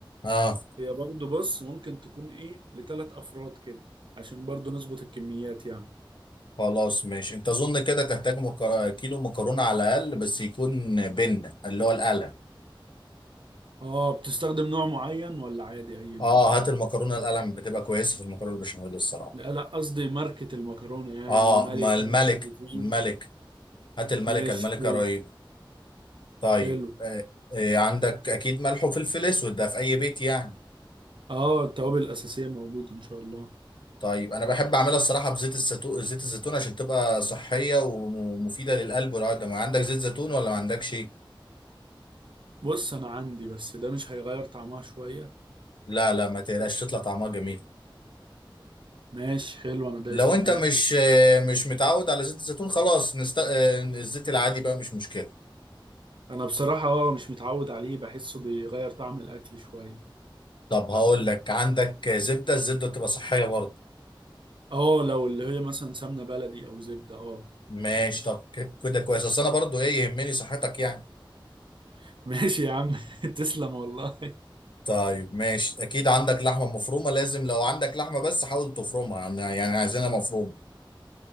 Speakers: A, on the left; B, on the right.
A: اه
B: هي برضو بص ممكن تكون ايه لثلاث افراد كده عشان برضو نظبط الكميات يعني
A: خلاص ماشي انت اظن كده تحتاج مك... كيلو مكرونه على الاقل بس يكون بن اللي هو القلم
B: اه بتستخدم نوع معين ولا عادي اي نوع
A: اه هات المكرونه القلم بتبقى كويسه في المكرونه البشاميل الصراحه
B: لا لا قصدي ماركة المكرونة يعني
A: اه
B: الملكة
A: ما الملك
B: الرزينة
A: الملك هات الملكة
B: ماشي
A: الملكة
B: حلو
A: رهيب طيب
B: حلو.
A: آه آه عندك اكيد ملح وفلفل اسود ده في اي بيت يعني
B: اه التوابل الأساسية موجودة إن شاء الله
A: طيب انا بحب اعملها الصراحة بزيت الزيتون زيت الزيتون عشان تبقى صحية ومفيدة للقلب والعظم عندك زيت زيتون ولا ما عندكش
B: بص أنا عندي بس ده مش هيغير طعمها شوية
A: لا لا ما تقلقش تطلع طعمها جميل
B: ماشي حلو أنا دايس
A: لو انت
B: معاك
A: مش آه مش متعود على زيت الزيتون خلاص نست... آه الزيت العادي بقى مش مشكلة
B: أنا بصراحة اه مش متعود عليه بحسه بيغير طعم الأكل شوية
A: طب هقول لك عندك زبدة الزبدة بتبقى صحية برضه
B: اه لو اللي هي مثلا سمنة بلدي أو زبدة اه
A: ماشي
B: ماشي
A: طب كده كويس اصل انا برضه ايه يهمني صحتك يعني
B: <laughs> ماشي يا عم <laughs> تسلم والله
A: طيب ماشي اكيد عندك لحمه مفرومه لازم لو عندك لحمه بس حاول تفرمها يعني يعني عايزينها مفرومه